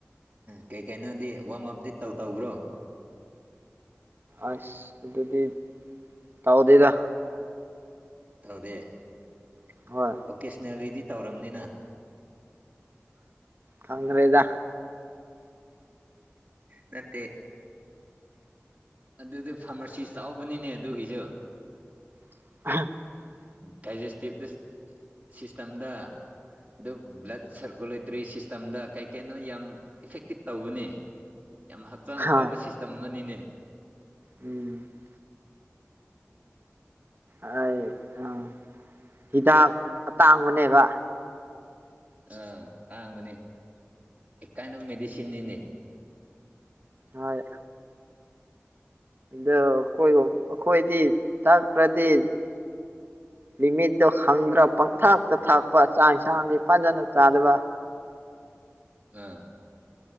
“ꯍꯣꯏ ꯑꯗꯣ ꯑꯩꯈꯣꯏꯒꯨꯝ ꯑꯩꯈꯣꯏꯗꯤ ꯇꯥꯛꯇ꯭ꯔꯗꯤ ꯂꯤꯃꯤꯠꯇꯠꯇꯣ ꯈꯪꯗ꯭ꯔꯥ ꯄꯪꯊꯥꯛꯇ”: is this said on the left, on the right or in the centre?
Right